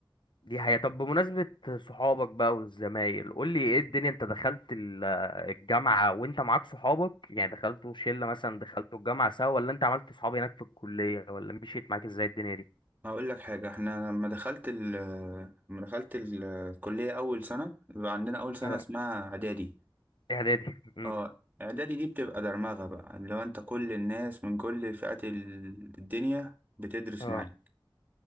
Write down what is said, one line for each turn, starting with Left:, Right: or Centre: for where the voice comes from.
Left: دي حقيقة طب بمناسبة صحابك بقى والزمايل قول لي ايه الدنيا انت دخلت ال- الجامعة وانت معاك صحابك يعني دخلتوا شلة مثلا دخلتوا الجامعة سوا ولا انت عملت صحاب هناك في الكلية ولا مشيت معاك ازاي الدنيا دي
Right: هقول لك حاجة احنا لما دخلت ال لما دخلت ال- الكلية أول سنة بيبقى عندنا أول سنة
Left: اه
Right: اسمها إعدادي
Left: اعدادي امم
Right: اه إعدادي دي بتبقى درمغة بقى اللي هو أنت كل الناس من كل فئات ال- الدنيا بتدرس
Left: اه
Right: معاك